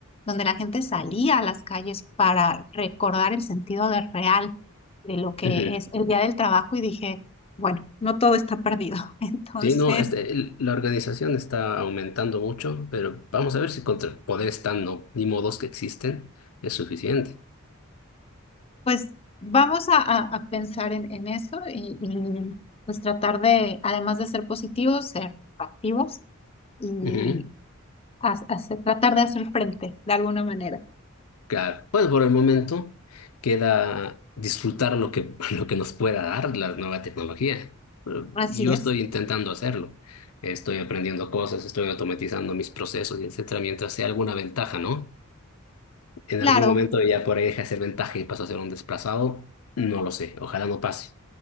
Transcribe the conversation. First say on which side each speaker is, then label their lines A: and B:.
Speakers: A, on the left; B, on the left.
A: donde la gente salía a las calles para recordar el sentido de real de lo que
B: Ujú.
A: es el Día del Trabajo y dije, bueno, no todo está perdido. <laughs> Entonces...
B: Sí, no, este, el- la organización está aumentando mucho, pero vamos a ver si contra el poder están no, ni modos que existen es suficiente.
A: Pues vamos a, a- a pensar en, en eso y, y, pues tratar de, además de ser positivos, ser activos y
B: Ujú,
A: ha- hacer- tratar de hacer frente de alguna manera.
B: Claro, pues por el momento queda disfrutar lo que, <laughs> lo que nos pueda dar la nueva tecnología. Pero
A: Así
B: Yo
A: es.
B: estoy intentando hacerlo. Estoy aprendiendo cosas, estoy automatizando mis procesos y etcétera, mientras sea alguna ventaja, ¿no? En
A: Claro,
B: algún momento ya por ahí deja de ser ventaja y pasa a ser un desplazado. No lo sé, ojalá no pase.